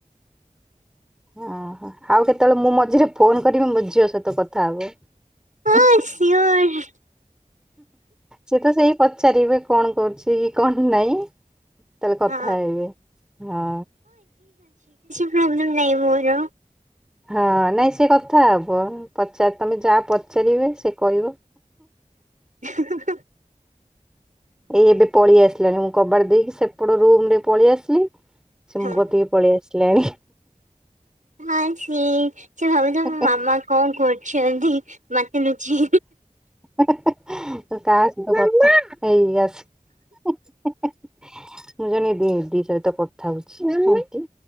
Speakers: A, in the centre; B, on the right.
A: ଅ ହଁ, ଆଉ କେତେବେଳେ ମୁଁ ମଝିରେ ଫୋନ କରିବି ମୋ ଝିଅ ସହିତ କଥା ହବ। <unintelligible>
B: ହଁ ସିଓର
A: ସେଏ ତ ସେଇ ପଚାରିବେ କଣ କରୁଛି କି କଣ ନାଇଁ। ତାହେଲେ କଥା
B: ହଁ
A: ହେବେ ହଁ।
B: ପ୍ରୋବଲେମ୍ ନାଇଁ ମୋର।
A: ହଁ ନାଇଁ ସେ କଥା ହବ ପଚାର ତମେ ଯାହା ପଚାରିବେ ସେ କହିବ।
B: <unintelligible>
A: ଏଇ ଏବେ ପଳେଇ ଆସିଲାଣି ମୁଁ କବାଡ ଦେଇକି ସେପଟ ରୁମରେ ପଳେଇ ଆସିଲି। ସେ
B: ହଁ।
A: ମୋ କତିକି ପଳେଇ ଆସିଲାଣି।
B: ହଁ ସି ସେ ଭାବୁ
A: <unintelligible>
B: ମା କଣ କରୁଛନ୍ତି ମତେ ଲୁଚି।
A: <unintelligible> କାହା ସହିତ କଥା ହେଇ ଆସ ମୁଁ ଜନେ ଦି ଦି ସହିତ କଥା ହଉଛି ଆଣ୍ଟୀ